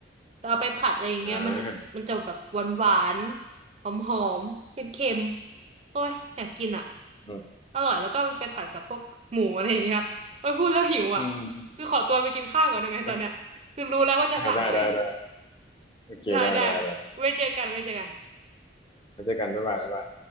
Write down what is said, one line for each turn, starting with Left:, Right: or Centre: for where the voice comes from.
Right: แต่เอาไปผัดอะไรอย่างเงี้ยมันจะมันจะแบบหวานๆหอมๆเค็มๆโอ้ยอยากกินอ่ะ
Left: อ่า อืม
Right: อร่อยแล้วก็ไปผัดกับพวกหมูอะไรอย่างเงี้ย โอ้ยพูดแล้วหิวอ่ะ
Left: อืมอืม
Right: คือขอตัวไปกินข้าวก่อนได้ไหมตอนเนี้ยคือรู้แล้วว่าจะสั่งอะไร
Left: แล้วก็อ่าได้ได้ได้โอเคได้ได้ได้
Right: ได้ได้ไว้เจอกันไว้เจอกัน
Left: ไว้เจอกันบ๊ายบายบ๊ายบาย